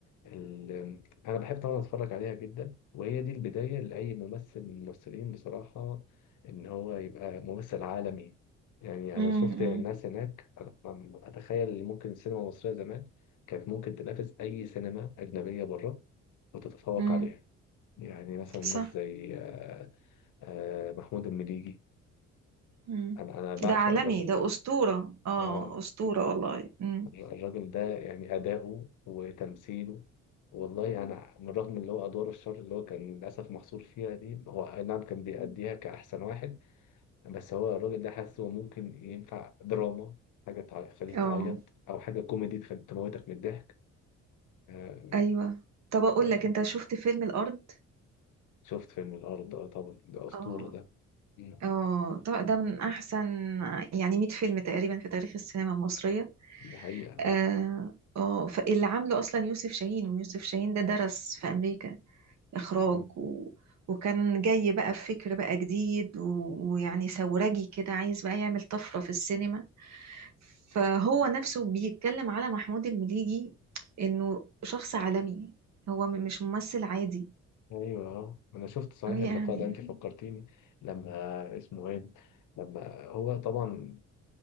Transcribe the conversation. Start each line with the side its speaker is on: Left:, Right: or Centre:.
Left: ال- انا بحب طبعا اتفرج عليها جدا وهي دي البدايه لاي ممثل من الممثلين بصراحه ان هو يبقى ممثل عالمي يعني
Right: امم
Left: انا شفت ناس هناك أنا أنا اتخيل ان ممكن السينما المصريه زمان كانت ممكن تنافس اي سينما اجنبيه بره وتتفوق
Right: امم
Left: عليها يعني مثلا
Right: صح
Left: ناس زي آه، آه، محمود المليجي
Right: مم.
Left: انا انا بعشق
Right: ده عالمي
Left: الراجل
Right: ده
Left: ده
Right: أسطورة اه
Left: آه.
Right: أسطورة والله مم.
Left: الر- الراجل ده يعني أداؤه وتمثيله والله أنا من رغم اللي هو أدوار الشر اللي هو كان للأسف محصور فيها دي هو أي نعم كان بيأديها كأحسن واحد بس هو الراجل ده حاسه ممكن ينفع دراما حاجة تع- تخليك
Right: اه
Left: تعيط أو حاجة كوميدي تخلي تموتك من الضحك آه،
Right: أيوة طب أقول
Left: آه،
Right: لك أنت شفت فيلم الأرض
Left: شفت فيلم الأرض ده طبعا ده أسطورة
Right: اه
Left: ده مم.
Right: اه طب ده من أحسن يعني 100 فيلم تقريبا في تاريخ السينما المصرية
Left: ده حقيقة آه.
Right: اه آه، فاللي عامله أصلا يوسف شاهين ويوسف شاهين ده درس في أمريكا إخراج
Left: آه.
Right: و... وكان جاي بقى بفكر بقى جديد و... ويعني ثورجي كده عايز بقى يعمل طفرة في السينما فهو نفسه بيتكلم على محمود المليجي إنه شخص عالمي هو م- مش ممثل عادي
Left: ايوه اه انا شفت صحيح
Right: أو يعني
Left: اللقاء ده انت فكرتيني لما اسمه ايه لما هو طبعا